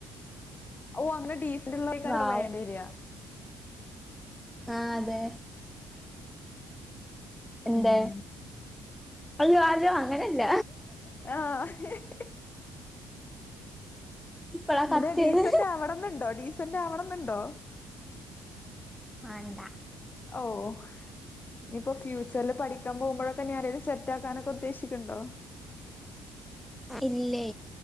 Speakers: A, on the left; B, in the centre.
A: ഓ അനെ ഡീസൽ ഉള്ളക്കാര്
B: പാവം
A: വേണ്ട വരിക
B: ആഹ് അതെ എന്താ
A: ഉം
B: <unintelligible> ആാലോ അങ്ങനെയല്ല
A: ആഹ് <unintelligible>
B: ഇപ്പളാ
A: എന്താ
B: കത്തിയത്
A: ഡീസന്റെ ആവിടെന്നുണ്ടോ ഡീസന്റെ ആവണന്നുണ്ടോ
B: വേണ്ടാ
A: ഓഹ് ഇനിയിപ്പോ ഫ്യൂച്ചറിൽ പഠിക്കാൻ പോക്പോഴൊക്കെ ഞരാലും സെറ്റാക്കാനൊക്കെ ഉദ്ദേശിക്കുന്നുണ്ടോ
B: ഇല്ലേ